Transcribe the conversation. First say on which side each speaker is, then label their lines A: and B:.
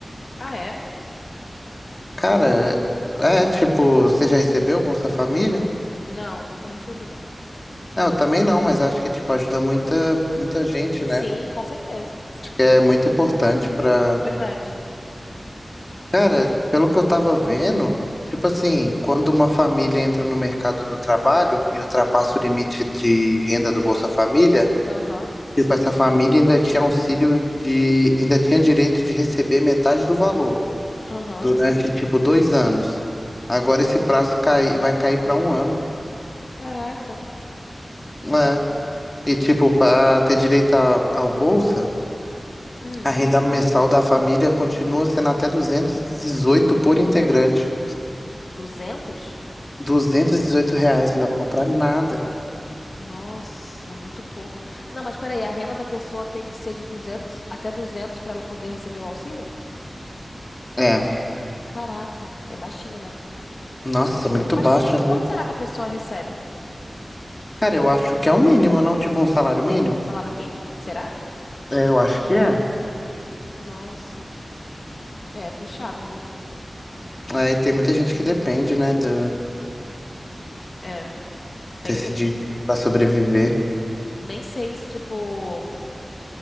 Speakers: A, on the left; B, on the left.
A: Ah, é?
B: Cara, é, tipo, você já recebeu o Bolsa Família?
A: Não, nunca recebi, não.
B: Não, eu também não, mas acho que tipo ajuda muita muita gente, né?
A: Sim, com certeza.
B: Acho que é muito importante pra.
A: É verdade.
B: Cara, pelo que eu tava vendo, tipo assim, quando uma família entra no mercado do trabalho e ultrapassa o limite de renda do Bolsa Família,
A: Aham,
B: tipo essa família ainda tinha auxílio de, ainda tinha direito de receber metade do valor
A: aham.
B: durante Uhum. tipo dois anos. Agora esse prazo cai, vai cair pra um ano,
A: Caraca.
B: né? E tipo para ter direito a- ao Bolsa
A: Hum,
B: A renda mensal da família continua sendo até 218 por integrante.
A: 200.
B: duzentos e dezoito reais não dá pra comprar nada.
A: Nossa, muito pouco. Não, mas peraí, a renda da pessoa tem que ser de 200 até 200 para ela poder receber o auxílio?
B: É,
A: Caraca, é baixinho, né?
B: nossa, muito
A: Mas
B: baixo,
A: quando,
B: né?
A: quanto será que a pessoa recebe?
B: Cara, eu acho que é o mínimo, não? Tipo um salário mínimo?
A: Salário mínimo? Será?
B: É, eu acho que é.
A: Nossa, é puxado, né?
B: Aí tem muita gente que depende, né, do,
A: É, tem
B: desse
A: mesmo.
B: dinheiro pra sobreviver.
A: Nem sei se, tipo,